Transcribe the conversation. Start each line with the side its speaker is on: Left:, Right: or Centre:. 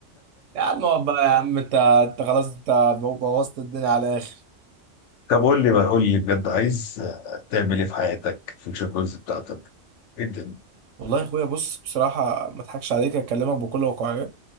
Right: يا عم اقعد بقى يا عم انت انت خلاص انت بو- بوظت الدنيا على الاخر
Left: طب قول لي بقى قول لي بجد عايز تعمل ايه في حياتك في الجوز بتاعتك ايه الدنيا
Right: والله يا اخويا بص بصراحه ما اضحكش عليك اكلمك بكل واقعيه